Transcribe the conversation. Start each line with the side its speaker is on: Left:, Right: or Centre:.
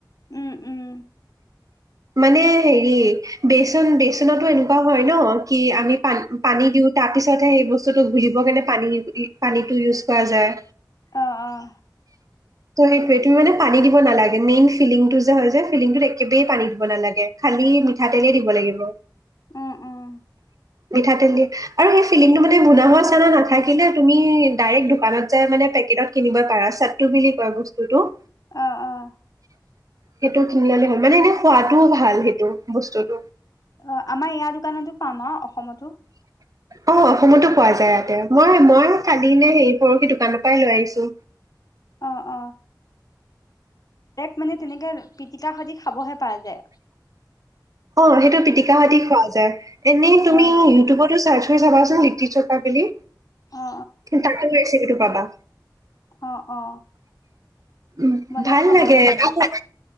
Left: উম উম
Right: মানে হেৰি বেচন বেচনতো এনেকুৱা হয় ন? কি আমি পান পানী দিওঁ। তাৰ পিছতহে সেই বস্তুটো গুলিব কেনে পানী দি পানীটো ইউজ কৰা যায়।
Left: অ অ
Right: ত' সেইটোৱে তুমি মানে পানী দিব নালাগে। মেইন ফিলিংটো যে, হয় যে ফিলিংটোত একেবাৰেই পানী দিব নালাগে। খালী মিঠাতেলে দিব লাগিব।
Left: উম, উম,
Right: মিঠাতেল দিয়ে আৰু সেই ফিলিংটো মানে বুনা হোৱা চানা নাথাকিলে, তুমি ডাইৰেক্ট দোকানত যাই মানে পেকেটত কিনিবই পাৰা। চাটু বুলি কয় বস্তুটো।
Left: অ অ
Right: সেইটো কিনি আনিলে হ'ল। মানে এনে খোৱাটোও ভাল সেইটো, বস্তুটো।
Left: অ আমাৰ ইয়াৰ দোকানতো পাম আৰু অসমতো
Right: অ অসমতো পোৱা যায় ইয়াতে। মই মই কালি নে হেৰি পৰহি দোকানৰ পৰাই লৈ আহিছোঁ।
Left: অ অ ৰেত মানে তেনেকে আৰু পিটিকা খতি খাবহে তাই যে
Right: অ সেইটো পিটিকাহতি খোৱা যায়। এনেই তুমি
Left: অ
Right: ইউটিউবতো চাৰ্চ চাবাচোন লিটি চকা বুলি
Left: অ
Right: কিন্তু তাতো ৰেচিপিটো পাবা।
Left: অ অ অ
Right: উ
Left: বনাই
Right: ভাল
Left: খাব
Right: লাগে
Left: লাগিব
Right: <unintelligible> আৰু